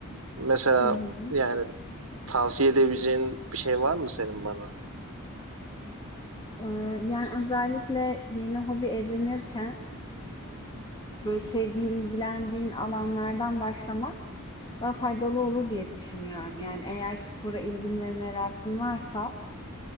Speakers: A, on the right; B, on the left.
A: Mesela
B: Hı hı.
A: yani tavsiye edebileceğin bir şey var mı senin bana?
B: Eee, yani, özellikle yeni hobi edinirken, böyle, sevdiğin, ilgilendiğin alanlardan başlamak daha faydalı olur diye düşünüyorum. Yani, eğer spora ilgin ve merakın varsa